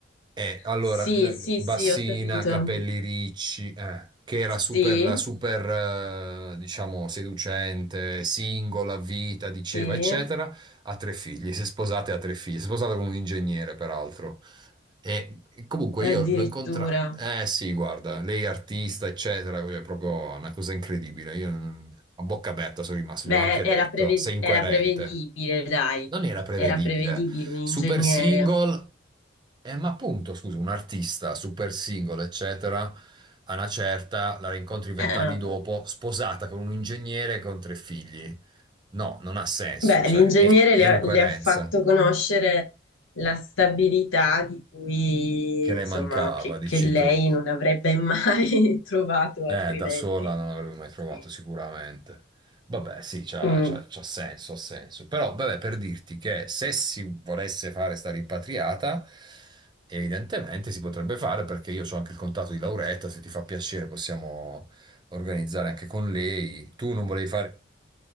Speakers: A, on the right; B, on the left.
A: Eh, allora,
B: Sì,
A: l-
B: sì,
A: bassina,
B: sì, ho capito.
A: capelli ricci, eh, che era super,
B: Sì,
A: la super, eh, diciamo, seducente, singola, vita, diceva,
B: sì,
A: eccetera, ha tre figli, si è sposata e ha tre figli, si è sposata con un ingegnere, peraltro. E e comunque io
B: addirittura.
A: l'ho incontrata, eh sì, guarda, lei è artista, eccetera, cioè, è proprio una cosa incredibile, io mm, a bocca aperta sono rimasto,
B: Beh,
A: gliel'ho anche
B: era
A: detto,
B: preved-
A: sei incoerente.
B: era prevedibile, dai,
A: Non era prevedibile.
B: era prevedibile un ingegnere.
A: Super single. Eh, ma appunto, scusa, un artista super singolo, eccetera, a una certa la rincontri vent'anni
B: Eh,
A: dopo, sposata con un ingegnere con tre figli. No, non ha senso,
B: beh,
A: cioè
B: l'ingegnere
A: è, è
B: le
A: incoerenza
B: ha, le ha fatto conoscere la stabilità di cui,
A: che
B: insomma,
A: le mancava,
B: che,
A: dici
B: che lei
A: tu.
B: non avrebbe mai <laughs> trovato altrimenti.
A: Eh, da sola non l'avrei mai trovato
B: Sì.
A: sicuramente. Vabbè, sì, c'ha
B: Mm,
A: c'ha- c'ha senso, ha senso. Però, vabbè, per dirti che se si volesse fare sta rimpatriata, evidentemente si potrebbe fare perché io ho anche il contatto di Lauretta, se ti fa piacere possiamo organizzare anche con lei. Tu non volevi fare